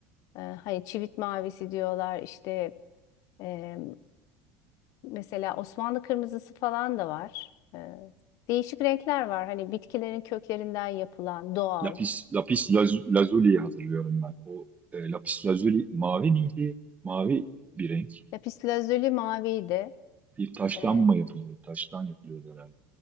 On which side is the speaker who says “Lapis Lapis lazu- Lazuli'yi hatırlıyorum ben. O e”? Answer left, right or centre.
Right